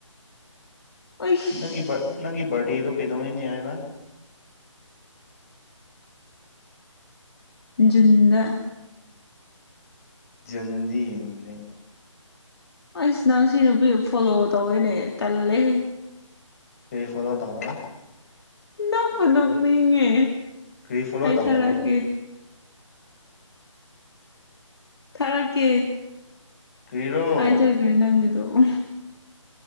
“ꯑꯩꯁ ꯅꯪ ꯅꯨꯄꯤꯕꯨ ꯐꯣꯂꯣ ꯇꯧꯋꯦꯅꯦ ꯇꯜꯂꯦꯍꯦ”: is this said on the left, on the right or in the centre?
Left